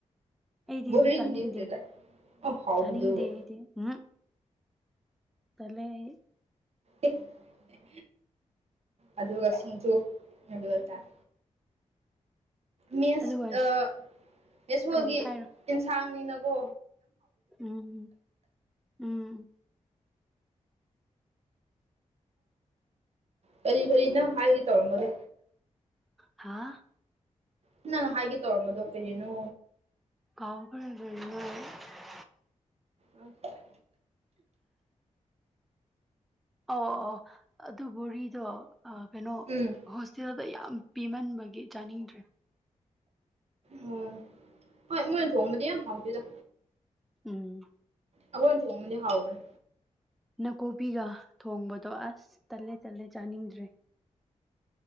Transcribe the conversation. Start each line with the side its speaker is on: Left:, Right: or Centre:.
Centre: ꯑꯩꯗꯤ
Right: ꯕꯣꯔꯤ
Centre: ꯑꯗꯨ ꯆꯥꯅꯤꯡꯗꯦ
Right: ꯅ꯭ꯌꯨꯇ꯭ꯔꯦꯂꯥ ꯑ ꯍꯥꯎꯕꯗꯨ
Centre: ꯆꯥꯅꯤꯡꯗꯦ ꯑꯩꯗꯤ ꯎꯍꯝ ꯇꯜꯂꯦ ꯑꯩ
Right: ꯑꯦꯍ ꯑꯗꯨꯒ ꯁꯤꯡꯖꯨ ꯑꯩꯗꯤ ꯂꯣꯏ ꯆꯥꯏ ꯃꯤꯁ
Centre: ꯑꯗꯨꯒ
Right: ꯑꯥ ꯑꯦꯁꯣꯒꯤ
Centre: ꯀꯔꯤ ꯍꯥꯏꯔꯣ
Right: ꯑꯦꯟꯁꯥꯡꯅꯤꯅꯀꯣ
Centre: ꯎꯝ ꯎꯝ
Right: ꯀꯔꯤ ꯀꯔꯤꯅꯣ ꯍꯥꯏꯒꯦ ꯇꯧꯔꯝꯕꯗꯨ
Centre: ꯍꯥꯥ
Right: ꯅꯪꯅꯥ ꯍꯥꯏꯒꯦ ꯇꯧꯔꯝꯕꯗꯣ ꯀꯔꯤꯅꯣ
Centre: ꯀꯥꯎꯈ꯭ꯔꯦ ꯂꯣꯏꯅ <unintelligible>
Right: ꯑꯣꯈ <unintelligible>
Centre: ꯑꯧ ꯑꯧ ꯑꯧ ꯑꯗꯨ ꯕꯣꯔꯤꯗꯣ ꯑꯥ ꯀꯩꯅꯣ
Right: ꯎꯝ
Centre: ꯍꯣꯁꯇꯦꯜꯗ ꯌꯥꯝ ꯄꯤꯃꯟꯕꯒꯤ ꯆꯥꯅꯤꯡꯗ꯭ꯔꯦ
Right: ꯑꯣ ꯍꯣꯏ ꯃꯣꯏꯅ ꯊꯣꯡꯕꯗꯤ ꯌꯥꯝ ꯍꯥꯎꯇꯦꯗ
Centre: ꯎꯝ
Right: ꯑꯈꯣꯏꯅ ꯊꯣꯡꯕꯗꯤ ꯍꯥꯎꯕꯅꯤ
Centre: ꯅꯥꯀꯨꯞꯄꯤꯒ ꯊꯣꯡꯕꯗꯣ ꯑꯥꯁ ꯇꯜꯂꯦ ꯇꯜꯂꯦ ꯆꯥꯅꯤꯡꯗ꯭ꯔꯦ